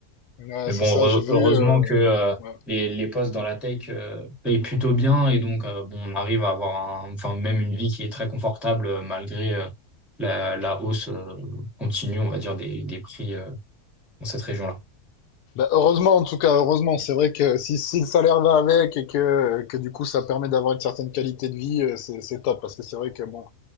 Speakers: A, on the left; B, in the centre.
A: Ouais,
B: Mais
A: c'est
B: bon,
A: ça,
B: heureux-
A: j'ai vu.
B: heureusement
A: euh,
B: que euh,
A: ouais.
B: les, les postes dans la tech euh, payent plutôt bien et donc euh, bon, on arrive à avoir un- enfin même une vie qui est très confortable euh, malgré euh, la, la hausse euh, continue, on va dire, des, des prix euh, dans cette région-là.
A: Bah, heureusement, en tout cas, heureusement, c'est vrai que si, si le salaire va avec et que, que du coup ça permet d'avoir une certaine qualité de vie, euh, c'est c'est top, parce que c'est vrai que bon,